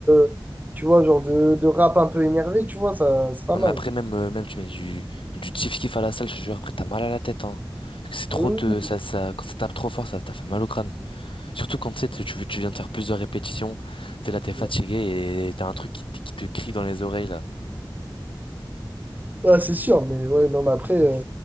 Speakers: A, on the right (about 20°); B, on the left (about 80°).
A: euh, tu vois, genre de, de rap un peu énervé, tu vois, ça, c'est pas
B: Non,
A: mal.
B: mais après, même, euh, même tu mets du, du kiff kiff à la salle, je te jure, après, t'as mal à la tête, hein. Parce que c'est trop
A: Oui.
B: de, ça, ça, quand ça tape trop fort, ça t'a fait mal au crâne. Surtout quand, tu sais, tu, tu viens de faire plusieurs répétitions, t'es là, t'es fatigué
A: Ouais.
B: et t'as un truc qui, te- qui te crie dans les oreilles, là.
A: Ah, c'est sûr, mais ouais, non, mais après, euh,